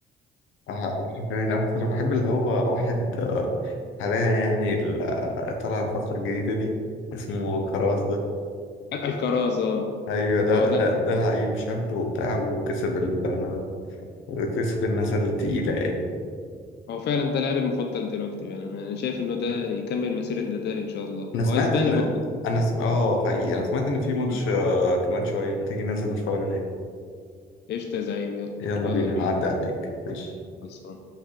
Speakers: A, on the left (about 80°); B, on the left (about 60°).
A: أح- بحب مين أكتر بحب اللي هو واحد آه، حاليا يعني ال- طلع الفترة الجديدة دي اسمه كراس ده
B: الكرازة
A: أيوة ده
B: اه ده
A: ده ده لعيب شاب وبتاع وكسب ال آه، كسب الناس التقيلة يعني
B: هو فعلا ده لاعبي المفضل دلوقتي يعني انا أنا شايف انه ده يكمل مسيرة نادال ان شاء الله
A: أنا سمعت
B: هو اسباني
A: إن
B: برضه
A: أنا سم... آه حقيقي أنا سمعت إن في ماتش
B: مم.
A: آه، كمان شوية ما تيجي ننزل نتفرج عليه
B: قشطة يا زعيم يلا
A: يلا
B: يلا
A: بينا
B: بينا
A: هعدي عليك ماشي
B: خلصان